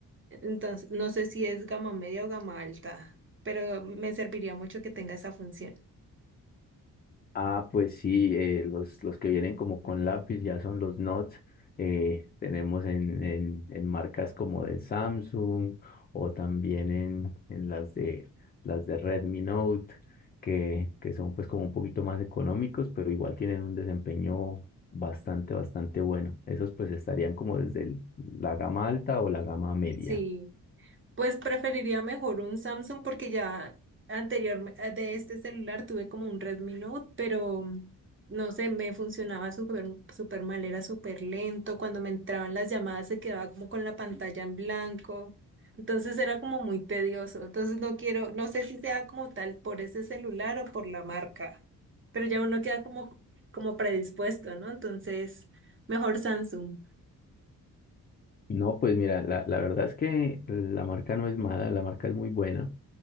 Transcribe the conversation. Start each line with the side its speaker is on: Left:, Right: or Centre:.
Right: Entonces, no sé si es gama media o gama alta, pero me serviría mucho que tenga esa función.
Left: Ah, pues sí, eh, los, los que vienen como con lápiz ya son los Notes. eh, tenemos en, en, en marcas como de Samsung o también en, en las de, las de Redmi Note, que, que son pues como un poquito más económicos, pero igual tienen un desempeño bastante, bastante bueno. Esos pues estarían como desde el- la gama alta o la gama media.
Right: Sí. Pues preferiría mejor un Samsung porque ya anterior eh, de este celular tuve como un Redmi Note, pero mm, no sé, me funcionaba súper súper mal, era súper lento. Cuando me entraban las llamadas se quedaba como con la pantalla en blanco. Entonces era como muy tedioso. Entonces no quiero, no sé si sea como tal por ese celular o por la marca, pero ya uno queda como, como predispuesto, ¿no? Entonces, mejor Samsung.
Left: No, pues mira, la, la verdad es que la marca no es mala, la marca es muy buena.